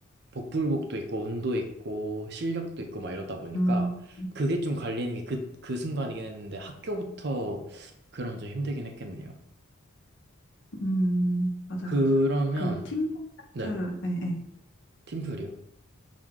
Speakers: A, on the right; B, on the left.
A: 복불복도 있고 운도 있고 실력도 있고 막 이러다 보니까
B: 음,
A: 그게 좀 갈리는 게 그, 그 순간이긴 했는데 학교부터 그럼 좀 힘들긴 했겠네요.
B: 음, 맞아요,
A: 그러면
B: 맞아요. 그 팀
A: 네,
B: 프로젝트, 예, 예.
A: 팀플이요.